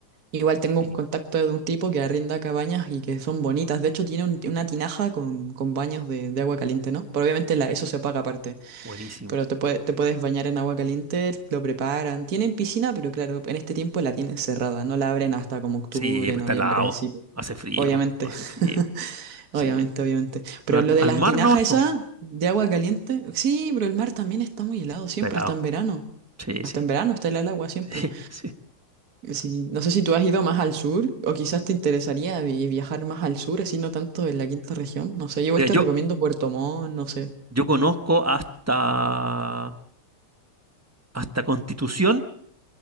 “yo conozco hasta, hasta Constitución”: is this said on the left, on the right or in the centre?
Right